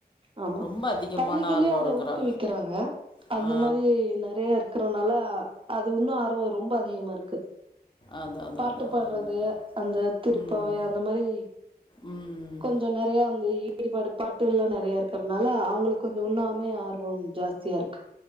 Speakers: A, on the right (about 35°); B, on the left (about 30°).
A: ஆமா
B: ரொம்ப அதிகமான
A: பள்ளிகளியு
B: ஆர்வம்
A: அத
B: இருக்குறா.
A: ஊக்குவிக்கறாங்க அந்த
B: ஆ
A: மாரி நெறயா இருக்கறனால அது இன்னு ஆர்வோ ரொம்ப அதிகமா இருக்கு
B: அதா அதா
A: பாட்டு
B: அதா
A: பாடறது
B: அதாங்க
A: அந்த திருப்பாவை
B: ம்
A: அந்த மாரி
B: ம்
A: கொஞ்சோ நெறயா அந்த ஈடுபாடு பாட்டுகள் எல்லா நெறயா இருக்கறனால அவுங்களுக்கு கொஞ்சோ உண்ணமே ஆர்வோ ஜாஸ்தியா இருக்கு